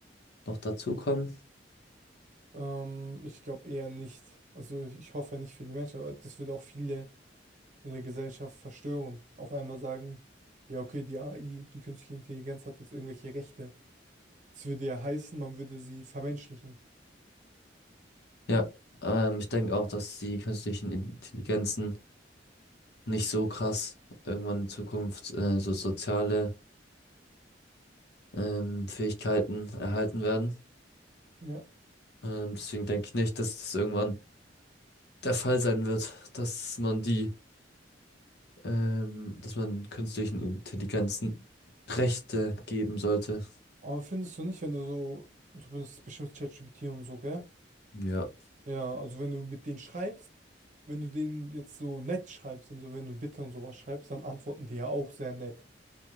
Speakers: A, on the left (about 60°); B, on the right (about 45°).
A: noch dazukommen?
B: Ähm, ich glaube eher nicht. Also ich, ich hoffe nicht für die Menschen, aber das würde auch viele in der Gesellschaft verstören. Auf einmal sagen, ja, okay, die AI, die künstliche Intelligenz hat jetzt irgendwelche Rechte. Das würde ja heißen, man würde sie vermenschlichen.
A: Ja, ähm, ich denke auch, dass die künstlichen Intelligenzen nicht so krass irgendwann in Zukunft äh, so soziale ähm, Fähigkeiten erhalten werden.
B: Ja.
A: Ähm, deswegen denke ich nicht, dass das irgendwann der Fall sein wird, dass man die, ähm, dass man künstlichen Intelligenzen Rechte geben sollte.
B: Aber findest du nicht, wenn du so, du benutzt bestimmt ChatGPT und so, gell?
A: Ja.
B: Ja, also wenn du mit denen schreibst, wenn du denen jetzt so nett schreibst und so, wenn du Bitte und sowas schreibst, dann antworten die ja auch sehr nett.